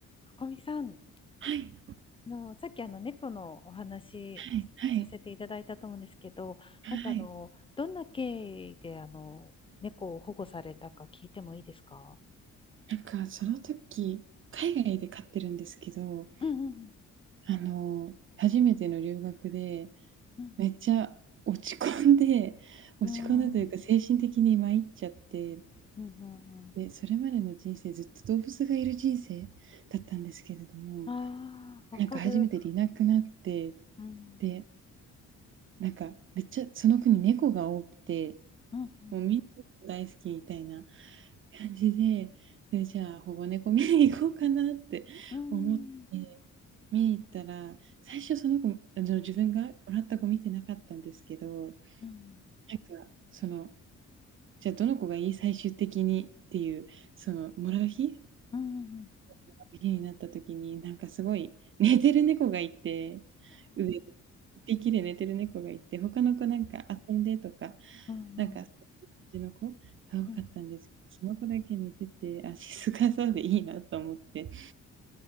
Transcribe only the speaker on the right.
はい、
はい、はい、はい。なんかその時、海外で飼ってるんですけど、
あの、初めての留学で、
めっちゃ落ち込んで、<laughs> 落ち込んだというか精神的に参っちゃって、
で、それまでの人生ずっと動物がいる人生だったんですけれども、
なんか初めていなくなって、
で、なんかめっちゃその国猫が多くて、
もうみんな大好きみたいな感じで、で、じゃあ保護猫見に行こうかなって思って、
見に行ったら、最初その子、あの自分がもらった子見てなかったんですけど、
なんかその、じゃあどの子がいい最終的にっていう、そのもらう日も
らう日になった時に、なんかすごい寝てる猫がいて、上で、1匹で寝てる猫がいて、他の子なんか遊んでとか
なんか、そういう感じの子が
多かったんですけど、その子だけ似てて、あ、静かそうでいいなと思って